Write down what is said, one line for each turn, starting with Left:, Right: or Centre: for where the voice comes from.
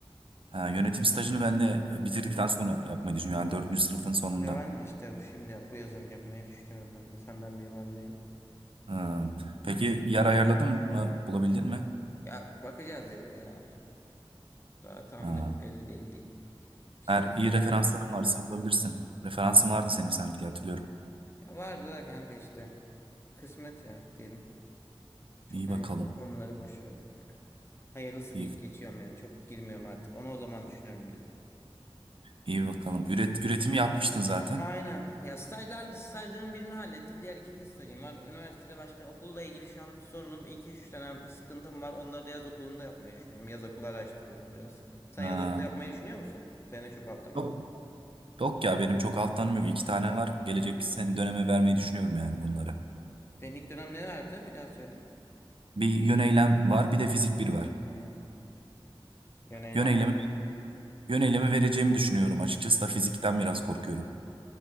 Right: Ha, yönetim stajını ben de bitirdikten sonra yapmayı düşünüyorum. Yani dördüncü sınıfın sonunda.
Left: Ya ben de işte şimdi yap, bu yazın yapmayı düşünüyorum ben de. Senden bir yıl öndeyim.
Right: Ha, Peki yer ayarladın mı? Bulabildin mi?
Left: Ya bakacağız yere ya. Daha tam
Right: Ha,
Left: net belli değil diyeyim. Bir şey
Right: Eğer
Left: deneyeyim
Right: iyi referansların
Left: yani.
Right: varsa bulabilirsin. Referansın vardı senin sanki diye hatırlıyorum.
Left: Ya vardı da kanka işte. Kısmet ya diyelim. Çok
Right: İyi
Left: hani
Right: bakalım.
Left: o konuları boş verelim ya. Hayırlısı
Right: İyi,
Left: deyip geçiyorum yani. Çok girmiyorum artık. Onu o zaman düşünürüm diyorum.
Right: iyi bakalım. Üret, üretimi yapmıştın zaten.
Left: Aynen. Ya stajlar, stajların birini hallettim. Diğer ikinci stajım var. Üniversitede başka okulla ilgili şu an sorunum. iki üç dönem sıkıntım var. Onları da yaz okulunda yapmayı düşünüyorum. Yaz okulu araştırıyorum biraz. Sen
Right: Ha.
Left: yaz okulu yapmayı düşünüyor musun? Senin de çok alttan
Right: Yok.
Left: okumuş.
Right: Yok ya benim çok alttanım yok. İki tane var. Gelecek sen döneme vermeyi düşünüyorum yani bunları.
Left: Senin ilk dönem nelerdi? Bir daha söyle.
Right: Bir yön eylem var, bir de fizik bir var.
Left: Hmm. Yani eylem-
Right: Yön eylemi, yön eylemi vereceğimi düşünüyorum. Açıkçası da fizikten biraz korkuyorum.